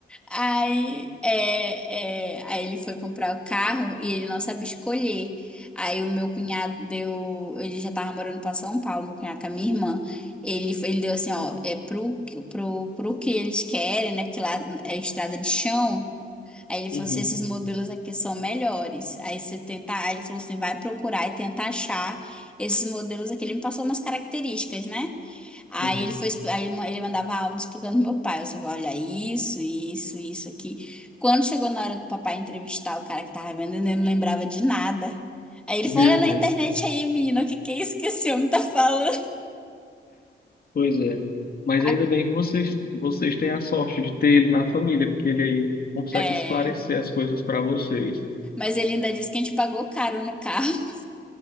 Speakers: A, in the centre; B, on the left (about 45°).
A: Aí, é, é, aí ele foi comprar o carro e ele não sabe escolher. Aí o meu cunhado deu. Ele já tava morando pra São Paulo, meu cunhado com a minha irmã. Ele, ele deu assim, ó, é pro, pro, pro que eles querem, né? Porque lá é estrada de chão. Aí ele falou
B: Uhum,
A: assim: esses modelos aqui são melhores. Aí você tenta. Aí ele falou assim: vai procurar e tenta achar esses modelos aqui. Ele me passou umas características, né? Aí
B: uhum.
A: ele foi, expli- aí ele ma- ele mandava áudio explicando pro meu pai. Eu falei, olha, isso, isso, isso aqui. Quando chegou na hora do papai entrevistar o cara que tava vendendo, ele não lembrava de nada. Aí ele
B: Meu
A: falou, olha na
B: Deus.
A: internet aí, menina, o que que é isso que esse homem tá falando?
B: Pois é. Mas
A: <laughs>
B: ainda bem que vocês, vocês têm a sorte de ter ele na família, porque ele aí consegue
A: É,
B: esclarecer as coisas para vocês.
A: mas ele ainda disse que a gente pagou caro no carro. <laughs>